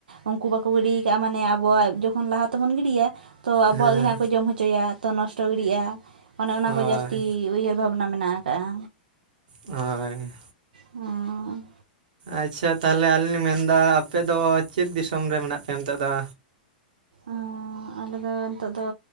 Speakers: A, on the right (about 80°); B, on the right (about 70°).
A: ᱩᱱᱠᱩ ᱵᱟᱠᱚ ᱜᱤᱰᱤᱭ ᱠᱟᱜ-ᱟ ᱢᱟᱱᱮ ᱟᱵᱚᱣᱟᱜ ᱡᱚᱠᱷᱚᱱ ᱞᱟᱦᱟ ᱛᱮᱵᱚᱱ ᱜᱤᱰᱤᱭᱟ᱾ ᱛᱚ, ᱟᱵᱚᱣᱟᱜ
B: ᱦᱮᱸ
A: ᱜᱮ ᱡᱟᱦᱟᱸ ᱠᱚ ᱡᱚᱢ ᱦᱚᱪᱚᱭᱟ ᱛᱚ, ᱱᱚᱥᱴᱚ ᱜᱤᱲᱤᱜ-ᱟ᱾ ᱚᱱᱮ ᱚᱱᱟ
B: ᱦᱳᱭ
A: ᱠᱚ ᱡᱟᱹᱥᱛᱤ ᱩᱭᱦᱟᱹᱨ ᱵᱷᱟᱵᱽᱱᱟ ᱢᱮᱱᱟᱜ ᱟᱠᱟᱜ-ᱟ᱾
B: ᱦᱳᱭ᱾
A: ᱦᱩᱸ᱾
B: ᱟᱪᱪᱷᱟ ᱛᱟᱦᱞᱮ ᱟᱹᱞᱤᱧ ᱞᱤᱧ ᱢᱮᱱᱫᱟ ᱟᱯᱮᱫᱚ ᱪᱮᱫ ᱫᱤᱥᱚᱢ ᱨᱮ ᱢᱮᱱᱟᱜ ᱯᱮᱭᱟ ᱱᱤᱛᱚᱜ ᱫᱚ?
A: ᱩᱸ, ᱟᱞᱮᱫᱚ ᱱᱤᱛᱚᱜ ᱫᱚ